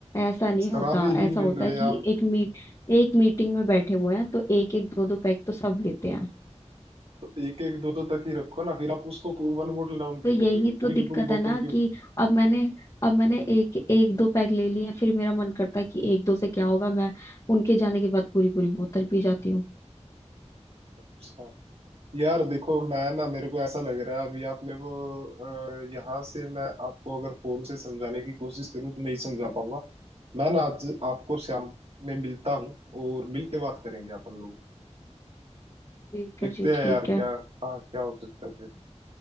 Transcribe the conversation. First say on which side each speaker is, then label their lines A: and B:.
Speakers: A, on the left; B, on the right.
A: ऐसा नहीं
B: शराबी
A: होता ऐसा
B: ही मिल
A: होता
B: रहे
A: है कि
B: हैं आप
A: एक मीट एक मीटिंग में बैठे हुए हैं तो एक एक दो दो पैक तो सब लेते हैं
B: तो एक एक दो दो तक ही रखो ना फिर आप उसको वन बोतल डाउन
A: तो
B: क्यों
A: यही
B: कर रहे हो पूरी
A: तो दिक्कत
B: की पूरी
A: है
B: बोतल
A: ना कि अब मैंने अब मैंने एक एक दो पैक ले लिए हैं, फिर मेरा मन करता है कि एक दो से क्या होगा मैं उनके जाने के बाद पूरी पूरी बोतल पी जाती हूँ
B: अच्छा यार देखो मैं ना मेरे को ऐसा लग रहा है अभी आप मेरे को अ, यहाँ से मैं आपको अगर फोन से समझाने की कोशिश करूँ तो नहीं समझा पाऊंगा मैं ना आज आपको शाम में मिलता हूँ और मिल के बात करेंगे अपन लोग
A: ठीक
B: देखते
A: है जी
B: हैं
A: ठीक
B: यार
A: है
B: क्या हाँ क्या हो सकता है फिर